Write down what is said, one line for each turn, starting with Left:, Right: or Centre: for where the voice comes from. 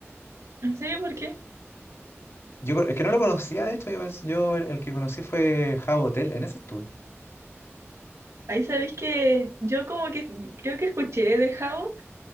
Right: ¿En serio? ¿Por qué?
Left: Yo co- es que no lo conocía, de hecho, yo, pens- yo el, el que conocí fue Jabo Hotel, en ese estuve.
Right: Ahí sabéis que yo como que creo que escuché de Jabo,